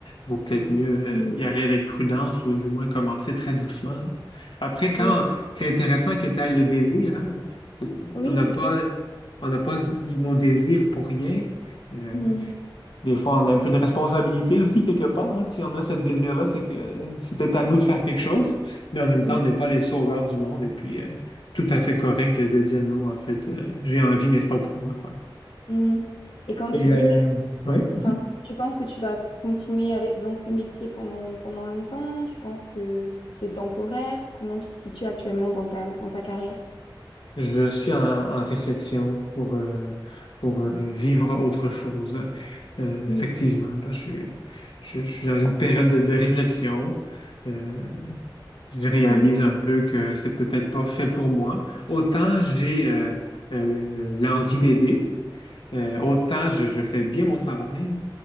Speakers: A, on the left; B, on the left.
A: vaut peut-être mieux
B: Mm,
A: euh, y aller avec prudence ou du moins commencer très doucement. hein. Après, quand
B: Oui,
A: c'est intéressant que tu aies le désir, hein.
B: oui,
A: On n'a
B: c'est
A: pas,
B: sûr.
A: on n'a pas nos désirs pour rien. Euh,
B: Mm,
A: des fois, on a un peu de responsabilité aussi quelque part. hein. Si on a ce désir-là, c'est que c'est peut-être à
B: Oui,
A: nous de faire quelque chose, mais en même
B: oui.
A: temps, on n'est pas les sauveurs du monde. Et puis, euh, tout à fait correct de, de dire non, en fait, euh, j'ai envie, mais c'est pas pour moi, quoi.
B: Mm. Et quand
A: Et
B: tu dis
A: euh,
B: que,
A: oui, mhm.
B: enfin, tu penses que tu vas continuer avec, dans ce métier pendant, pendant longtemps, tu penses que c'est temporaire, comment tu te situes actuellement dans ta, dans ta carrière?
A: je suis en, en réflexion pour, euh, pour euh, vivre autre chose. Euh,
B: Mm,
A: effectivement, là, je suis, je, je suis dans une période de, de réflexion. Euh, je réalise
B: mm,
A: un peu que c'est peut-être pas fait pour moi. Autant j'ai euh, euh, l'envie d'aider, euh, autant je, je fais bien mon travail,